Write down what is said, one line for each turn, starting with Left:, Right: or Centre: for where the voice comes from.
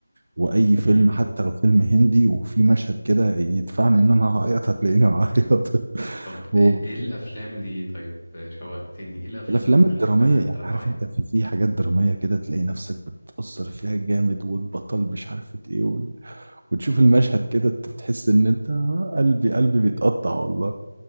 Right: واي فيلم
Centre: مم.
Right: حتى لو فيلم هندي وفي مشهد كده يدفعني ان انا هعيط هتلاقيني بعيط
Centre: طب
Right: <laughs>
Centre: إيه إيه الأفلام دي طيب آه، شوقتني إيه الأفلام
Right: والافلام
Centre: اللي بتخليك
Right: الدرامية
Centre: فعلا أنت
Right: يعني
Centre: تعيط
Right: عارف انت في في حاجات درامية كده تلاقي نفسك بتأثر فيها جامد والبطل مش عارف ايه وتشوف المشهد كده انت بتحس ان انت آه، قلبي قلبي بيتقطع والله